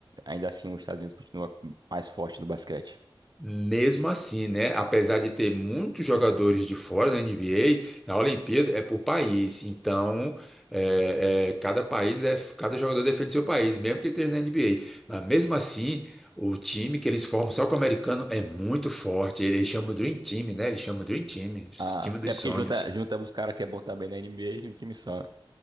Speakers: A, on the right (about 50°); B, in the centre.
A: ainda assim os Estados Unidos continua mais forte no basquete?
B: Mesmo assim, né, apesar de ter muitos jogadores de fora da NBA, na Olimpíada é por país. Então, é, é, cada país é, cada jogador defende seu país, mesmo que ele esteja na NBA. Mas mesmo assim, o time que eles formam só com o americano é muito forte. Eles chamam Dream Team, né? Eles chamam Dream Team,
A: Ah,
B: time dos
A: é porque
B: sonhos.
A: junta, junta os caras que é bom também na NBA em um time só. né?